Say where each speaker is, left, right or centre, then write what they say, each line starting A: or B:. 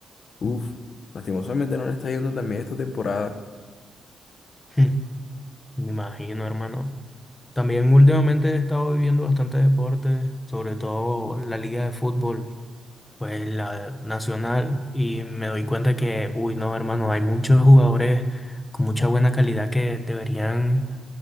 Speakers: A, on the left (about 55°); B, on the left (about 15°).
A: uff, lastimosamente no le está yendo también esta temporada.
B: <laughs> Me imagino, hermano. También últimamente he estado viviendo bastante deporte, sobre todo la liga de fútbol, pues la nacional, y me doy cuenta que, uy, no, hermano, hay muchos jugadores con mucha buena calidad que deberían,